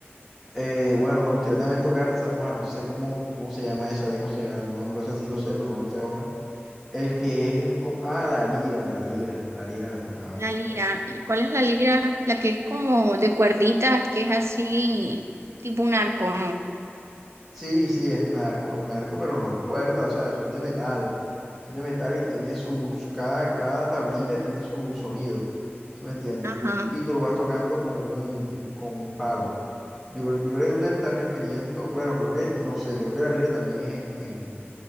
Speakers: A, in the centre; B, on the right.
A: Eh, bueno, me gustaría también tocar, sa- o sea, no sé cómo, cómo se llama eso, ahora mismo se llama el nombre, o sea, sí lo sé, pero no lo sé ahora. El que es como, ah, la lira, la lira, la lira me tocaba.
B: La lira,
A: Me-
B: ¿cuál es la lira? La que es como de cuerditas, que es así, tipo un arco, ¿no?
A: Sí, sí, es un arco, es un arco, pero no es cuerda, o sea, eso es de metal. Es de metal y tiene sus, cada, cada tablita tiene su sonido, ¿sí me entiendes?
B: Ajá,
A: Y tú lo vas tocando con un, con un palo. Yo, creo yo creo que tú te estás refiriendo, bueno, creo que, no sé, creo que la lira también es en, en,